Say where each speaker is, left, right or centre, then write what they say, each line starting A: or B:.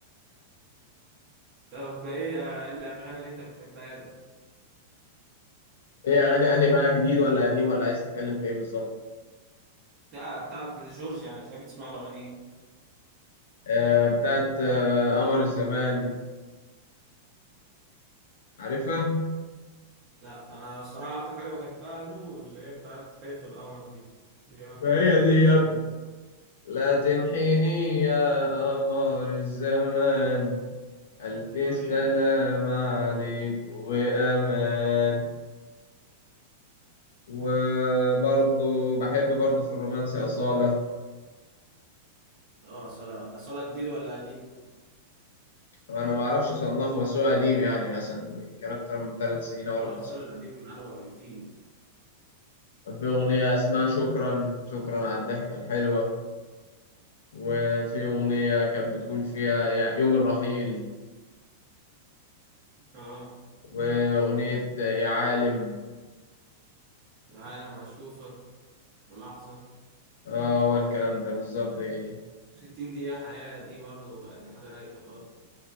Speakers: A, on the right (about 25°); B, on the left (about 85°).
A: طب ايه الاغاني اللي انت بتحبها له
B: ايه اغاني اني بقى جديد ولا قديم ولا عايز تتكلم في ايه بالظبط
A: لا بتاعت جورج يعني بتحب تسمع له اغاني ايه
B: آه بتاعت آه قمر الزمان عارفها
A: لا انا الصراحه اكتر حاجه بحبها له اللي هي بتاعت خلف القمر دي دي اكتر
B: ما هي
A: حاجه بحب
B: دي
A: اسمعها
B: يا ابني
A: له.
B: لا تنحيني يا قمر الزمان ألف
A: ايوه
B: سلام
A: هي دي
B: عليك وأمان وبرضه بحب برضه في الرومانسي أصالة
A: اه صلاة صلاة جديد ولا قديم؟
B: وأنا ما أعرفش أصنفه بس هو قديم يعني مثلا كان أكتر من ثلاث سنين أو أربع
A: اه صلاة
B: سنين
A: القديم أروع بكتير
B: كان في أغنية اسمها شكرا شكرا على الضحكة الحلوة وفي أغنية كانت بتقول فيها يا يوم الرحيل
A: اه
B: وأغنية يا عالم
A: عالم هشوفك في لحظة
B: اه هو الكلام ده بالظبط هي دي
A: 60 دقيقة حياة دي برضو يعني حاجة رايقة خالص